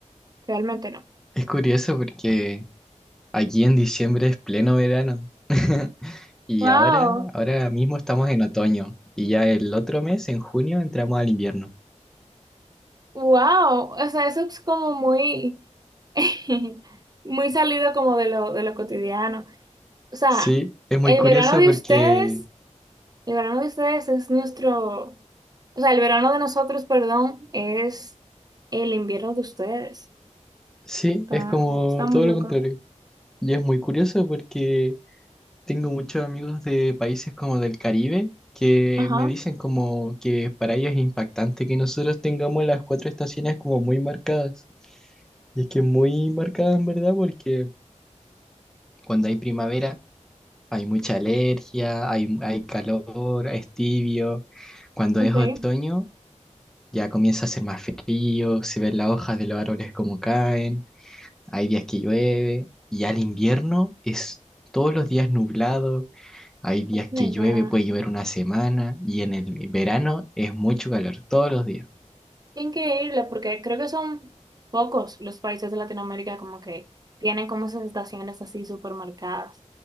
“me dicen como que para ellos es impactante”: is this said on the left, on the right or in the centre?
Centre